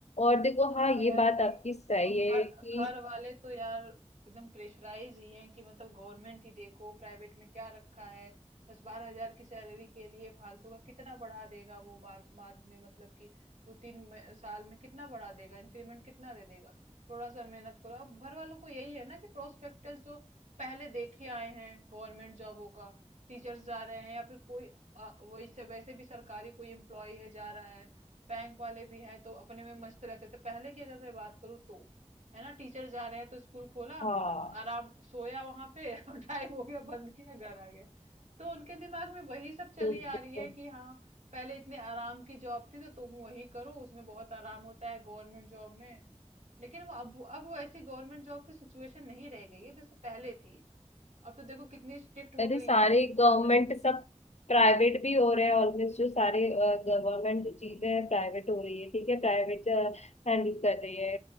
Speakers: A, on the left; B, on the right.
A: और देखो
B: हाँ
A: हाँ ये
B: यार
A: बात
B: ये
A: आपकी सही
B: और घर
A: है कि
B: घर वाले तो यार एकदम प्रेशराइज ही हैं कि मतलब गवर्नमेंट ही देखो प्राइवेट में क्या रखा है दस बारह हजार की सैलरी के लिए फालतू का कितना बढ़ा देगा वो बार, बाद में मतलब कि दो तीन म- साल में कितना बढ़ा देगा इंक्रीमेंट कितना दे देगा थोड़ा सा मेहनत करो अब घर वालों को यही है ना कि प्रोस्पेक्टस जो पहले देखे आए हैं गवर्नमेंट जॉबों का टीचर्स जा रहे हैं या फिर कोई अ, वैसे वैसे भी सरकारी कोई एम्प्लॉय है जा रहा है बैंक वाले भी हैं तो अपने में मस्त रहते थे पहले की अगर मैं बात करूँ तो है ना टीचर जा रहे हैं तो स्कूल खोला
A: हाँ
B: आराम सोया वहां पे <laughs> और टाइम हो गया बंद किया घर आ गए तो उनके दिमाग में वही सब चली
A: तो
B: आ रही है कि हाँ पहले इतने आराम की जॉब थी तो तुम वही करो उसमें बहुत आराम होता है गवर्नमेंट जॉब में लेकिन वो अब अब वो ऐसी गवर्नमेंट जॉब की सिचुएशन नहीं रह गई है जैसे पहले थी अब तो देखो कितनी स्ट्रिक्ट हो
A: अरे
B: गई
A: सारे
B: है गवर्नमेंट
A: गवर्नमेंट सब प्राइवेट भी हो रहे हैं ऑलमोस्ट जो सारे गवर्नमेंट चीजें हैं प्राइवेट हो रही है ठीक है प्राइवेट हैंडल कर रही है